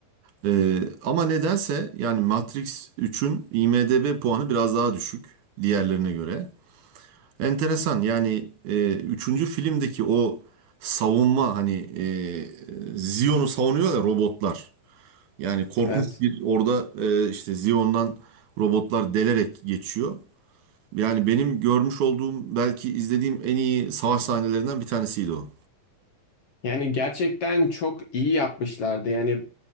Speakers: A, on the right; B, on the left.
A: E, ama nedense yani Matrix üçün IMDb puanı biraz daha düşük diğerlerine göre. Enteresan yani e, üçüncü filmdeki o savunma hani e, Zion'u savunuyor ya robotlar. Yani korkunç
B: Evet.
A: bir orada e, işte Zion'dan robotlar delerek geçiyor. Yani benim görmüş olduğum belki izlediğim en iyi savaş sahnelerinden bir tanesiydi o.
B: Yani gerçekten çok iyi yapmışlardı. Yani